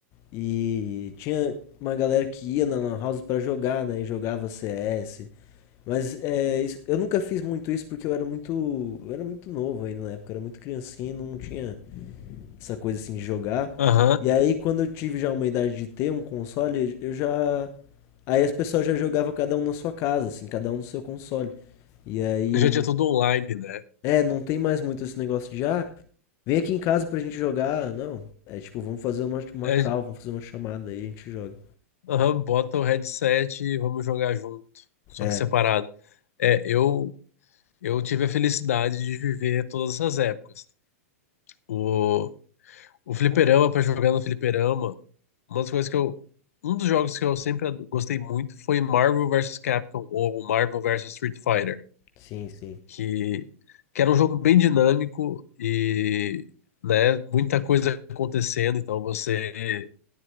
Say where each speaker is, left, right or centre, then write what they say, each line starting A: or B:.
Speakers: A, on the left (about 35°); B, on the left (about 80°).
A: e tinha uma galera que ia na lan house pra jogar, né, e jogava CS. Mas é, isso- eu nunca fiz muito isso porque eu era muito, eu era muito novo ainda na época, eu era muito criancinha e não tinha essa coisa assim de jogar.
B: Aham.
A: E aí quando eu tive já uma idade de ter um console, eu já Aí as pessoas já jogavam cada um na sua casa, assim, cada um no seu console. E aí,
B: Já
A: não-
B: tinha tudo online, né?
A: é, não tem mais muito esse negócio de, ah, vem aqui em casa pra gente jogar. Não, é tipo, vamos fazer uma, uma
B: É,
A: call, vamos fazer uma chamada aí a gente joga.
B: aham, bota o headset e vamos jogar junto, só
A: É,
B: que separado. É, eu eu tive a felicidade de viver todas essas épocas. O, O fliperama, pra jogar no fliperama, uma das coisas que eu. Um dos jogos que eu sempre ad- gostei muito foi Marvel versus Capcom, ou Marvel versus Street Fighter,
A: sim, sim.
B: que, que era um jogo bem dinâmico e, né, muita coisa acontecendo, então você